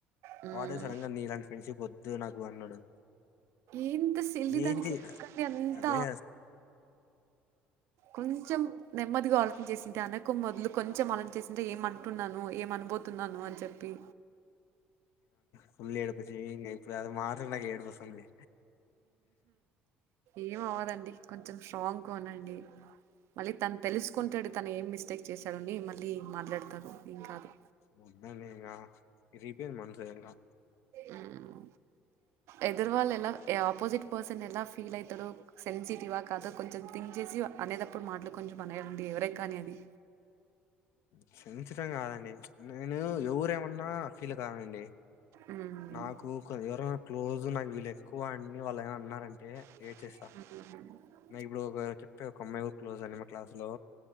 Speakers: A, on the right (about 65°); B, on the left (about 65°).
A: హ్మ్.
B: వాడే సడన్గా నీ ఇలాంటి ఫ్రెండ్ షిప్ వద్దు వద్దు నాకు అన్నాడు
A: ఏంత సిల్లి దానికి
B: ఏంటి
A: కానీ అంత
B: అదే
A: కొంచెం నెమ్మదిగా ఆర్చం చేసింది తనకు మొదలు కొంచెం అలావాటు చేసింటే ఏమ అంటున్నాను ఏమ అనుబతున్నాను అని చెప్పి
B: ఫుల్ ఎడుపు వచ్చి మర నాకు ఎడుపు వస్తుంది
A: ఏమ్ అవదండి కొంచెం స్ట్రాంగ్గా ఉండడి మళ్ళీ తను తెలుసుకుంటాడు తను ఏం మిస్టేక్ చేశాడుని మళ్ళీ మాట్లాడతాడు ఏం కాదు
B: <unintelligible> రిపేరు మనం చేయంగా
A: ఆమ్ ఎదురు వాళ్ళు ఎలా ఆపోజిట్ పర్సన్ ఎలా ఫీల్ అవుతాడు సెన్సిటివ్ ఆ కాదా కొంచెం థింక్ చేసి అనేటప్పుడు మాటలు కొంచెం అనే యండి ఎవరే ఏ కానీ అండి
B: క్షమిచడం కాదండి నేను ఎవరేమన్నా ఫీల్ కానండి
A: ఉమ్,
B: నాకు కొద్దిగా క్లోజు చూడు నాకు వీళ్ళు ఎక్కువ అన్ని వాళ్ళు ఏమన్నా అన్నారంటే
A: అమ్
B: ఏడ్చేస్తా నాకు ఇప్పుడు ఒక చెప్తే ఒక అమ్మాయి కూడా క్లోజ్ అండి మా క్లాస్ లో